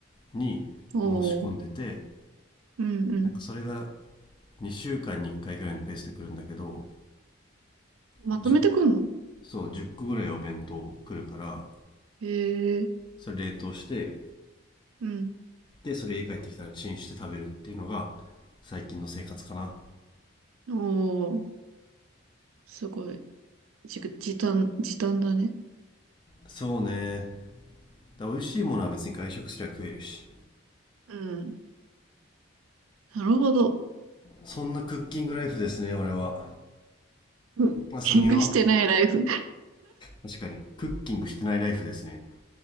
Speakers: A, on the left; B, on the right.
A: に申し込んでて
B: おー、うんうん。
A: なんかそれが2週間に1回ぐらいのペースで来るんだけど
B: まとめてくんの
A: 10, そう1個ぐらいお弁当来るから
B: へえ、
A: それ冷凍して
B: うん。
A: でそれ家帰ってきたらチンして食べるっていうのが最近の生活かな
B: おー、すごい。じ、時短、時短だね。
A: そうねだ美味しいものは別に外食すりゃ食えるし
B: うん。なるほど。
A: そんなクッキングライフですね俺は
B: うん。
A: あさみは
B: キングしてないライフ。
A: 確かにクッキングしてないライフですね